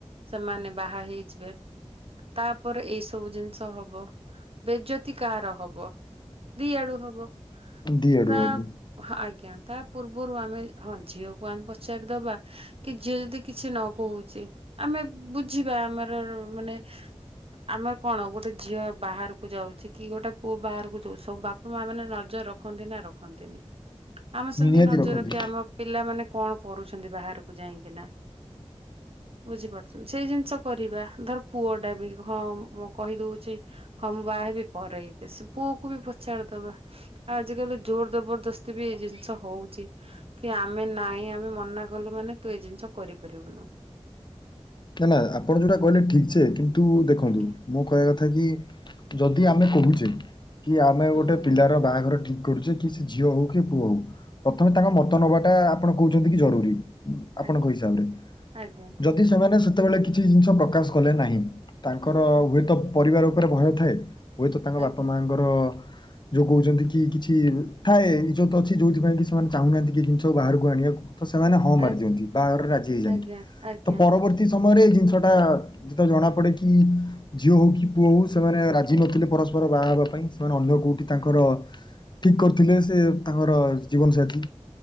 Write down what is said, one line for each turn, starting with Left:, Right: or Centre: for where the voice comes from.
Right: ସେମାନେ ବାହା ହେଇଯିବେ। ତାପରେ ଏଇ ସବୁ ଜିନିଷ ହବ ବେଜତି କାହାର ହବ? ଦି ଆଡୁ ହବ
Left: ଦି ଆଡୁ
Right: ତା
Left: ହବ।
Right: ଆଜ୍ଞା ତା ପୂର୍ବରୁ ଆମେ ହଁ ଝିଅକୁ ଆମେ ପଚାରି ଦବା କି ଝିଅ ଯଦି କିଛି ନ କହୁଛି ଆମେ ବୁଝିବା ଆମର ମାନେ ଆମର କଣ ଗୋଟେ ଝିଅ ବାହାରକୁ ଯାଉଛି କି ଗୋଟେ ପୁଅ ବାହାରକୁ ଯାଉଛି ସବୁ ବାପା ମା ମାନେ ନ ଜ ରଖନ୍ତି ନା ରଖନ୍ତିନି? ଆମେ ସେମିତି
Left: ନିହାତି
Right: ନଜର
Left: ରଖନ୍ତି।
Right: ରଖିବା ଆମ ପିଲାମାନେେ କଣ କରୁଛନ୍ତି ବାହାରକୁ ଯାଇକିନା। ବୁଝିପାରୁଛନ୍ତି ସେଇ ଜିନିଷ କରିବା ଧର ପୁଅ ଟା ବି ହଁ ମୁଁ କହିଦଉଛି ହଁ ମୁଁ ବାହାହେବି ପରେଇକି ସେ ପୁଅକୁ ବି ପଚାର ଦବା। ଆଜି କାଲି ଜୋର ଜବରଦସ୍ତି ବି ଏଇ ଜିନିଷ ହଉଛି କି ଆମେ ନାଇଁ ଆମେ ମନା କଲୁ ମାନେ ତୁ ଏ ଜିନିଷ କରିପାରିବୁନୁ।
Left: ନା ନା ଆପଣ ଯୋଉଟା କହିଲେ ଠିକ ସେେ କିନ୍ତୁ ଦେଖନ୍ତୁ
Right: ଆଜ୍ଞା
Left: ମୁଁ କହିବା କଥା କି ଯଦି ଯଦି ଆମେ କହୁଛେ କି ଆମେ
Right: ହୁଁ
Left: ଗୋଟେ
Right: ହୁଁ
Left: ପିଲାର
Right: ହୁଁ
Left: ବାହାଘର ଠିକ କରୁଚେ କି ସେ ଝିଅ ହଉ କି ପୁଅ ହଉ ପ୍ରଥମେ ତାଙ୍କ
Right: ଆଜ୍ଞା
Left: ମତ ନବାଟା ଆପଣ କହୁଛନ୍ତି କି ଜରୁରୀ। ଆପଣଙ୍କ
Right: ଆଜ୍ଞା
Left: ହିସାବରେ,
Right: ଆଜ୍ଞା
Left: ଯଦି ସେମାନେ ସେତେବେଳେ କିଛି ଜିନିଷ ପ୍ରକାଶ କଲେ ନାହିଁ। ତାଙ୍କର
Right: ଆଜ୍ଞା
Left: ହୁଏତ ପରିବାର ଉପରେ ଭୟ ଥାଏ ହୁଏତ ତାଙ୍କ
Right: ଆଜ୍ଞା
Left: ବାପା ମାଆଙ୍କର ଯୋଉ କହୁଛନ୍ତି କି କିଛି ଥାଏ ଇଜତ ଅଛି ଯୋଉଥିପାଇ କି ସେମାନେ ଚାହୁଁନାହାନ୍ତି କି ଜିନିଷ ବାହାରକୁ ଆଣିବାକୁ। ତ ସେମାନେ ହଁ
Right: ଆ
Left: ମାରି ଦିଅନ୍ତି ବାହାଘରେ ରାଜି ହେଇଯାନ୍ତି
Right: ଆଜ୍ଞା ଆଜ୍ଞା
Left: ତ ପରବର୍ତ୍ତୀ ସମୟରେ ଏଇ ଜିନିଷ ଟା ଯେତେଳେ ଜଣା ପଡେ କି ଝିଅ ହଉ କି ପୁଅ ହଉ ସେମାନେ ରାଜି ନଥିଲେ ପରସ୍ପର ର ବାହା ହେବା ପାଇଁ ସେମାନେ ଅନ୍ୟ କୋଉଠି ତାଙ୍କର ଠିକ କରିଥିଲେ ସେ ତାଙ୍କର ଜୀବନ ସାଥି।